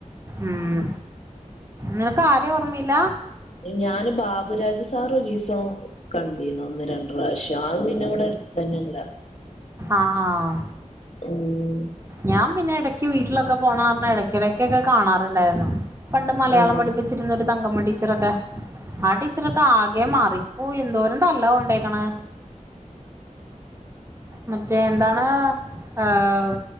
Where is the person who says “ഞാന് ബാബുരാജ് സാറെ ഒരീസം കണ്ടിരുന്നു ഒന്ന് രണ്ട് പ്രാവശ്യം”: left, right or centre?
Left